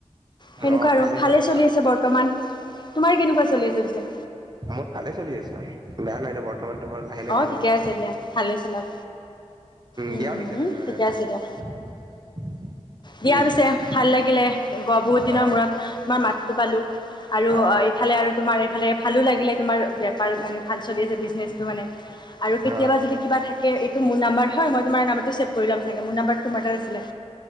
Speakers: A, on the left; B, on the right.
A: সেনেকুৱা
B: অ
A: আৰু ভালে
B: কৰিছা
A: চলি আছে বৰ্তমান তোমাৰ কেনেকুৱা
B: অ
A: চলি আছে পিছে।
B: মোৰ ভালে চলি আছে বেয়া নহয় নে বৰ তাৰ তোমাৰ লাহিলে
A: অ',
B: মানুহ
A: ঠিকে
B: বিলাক
A: আছে
B: উম,
A: দিয়া ভালে চলক উম
B: বিয়া পিছে তেনেহ'লে
A: ঠিকে আছে দিয়া দিয়া
B: উম
A: পিছে ভাল লাগিলে গ বহুত দিনৰ
B: অ
A: মূৰত তোমাৰ মাত তটো পালো আৰু
B: অ
A: এইফালে আৰু তোমাৰ এইফালে ভালো লাগিলে তোমাৰ ব পাৰ মানে ভাল চলি আছে বিজনেছটো মানে আৰু কেতিয়াবা
B: অ
A: যদি কিবা থাকে এইটো মোৰ নাম্বাৰ হয় মই তোমাৰ নাম ছেভ কৰি ল'ম চাগে মোৰ নাম্বাৰটো তোমাৰ তাত আছিলে